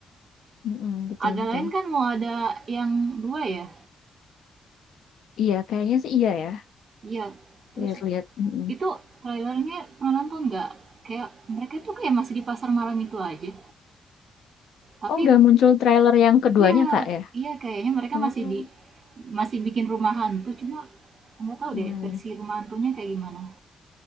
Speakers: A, on the left (about 75°); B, on the right (about 40°).
A: mhm, gitu
B: Agak
A: betul.
B: lain kan mau ada yang dua ya?
A: Iya, kayaknya sih iya ya.
B: Iya, terus
A: Lihat-lihat, mhm.
B: itu trailernya pernah nonton nggak? Kayak mereka tuh kayak masih di pasar malam itu aja. Tapi
A: Oh, udah muncul trailer yang keduanya,
B: iya,
A: Kak, ya?
B: iya kayaknya mereka
A: Oh,
B: masih di masih bikin rumah hantu cuma nggak tahu
A: hmm
B: deh versi rumah hantunya kayak gimana.